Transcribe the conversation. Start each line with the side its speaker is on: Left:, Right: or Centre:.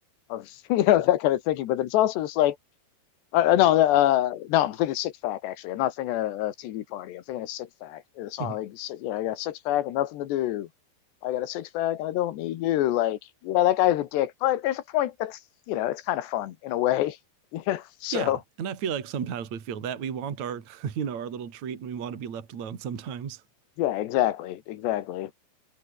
Left: of <laughs> you know that kind of thinking, but then it's also just like uh, uh, no uh no I'm thinking Six Pack actually. I'm not thinking of, of TV Party. I'm thinking of Six Pack. The song
Right: Mhm.
Left: like si- you know I got a six pack and nothing to do. I got a six pack and I don't need you. Like yeah that guy's a dick, but there's a point that's you know it's kind of fun in a way. <laughs> Yeah. So
Right: Yeah, and I feel like sometimes we feel that we want our, <laughs> you know, our little treat and we want to be left alone sometimes.
Left: yeah exactly exactly.